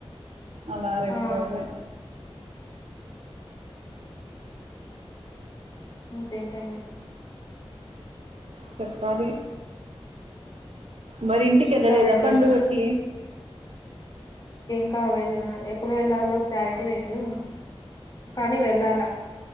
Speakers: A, on the right; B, on the left.
A: అలా రడు
B: ఆ
A: పోలే
B: కేంకండి
A: చక్కళి మరి ఇంటికి వెళ్ళలేదా
B: ఇంకా వెళ్ళలేదు
A: పండుగకి
B: ఇకా వెళ్ళ ఎప్పుడు వెళ్ళాలో క్లారిటీ లేదు కానీ వెళ్ళాలా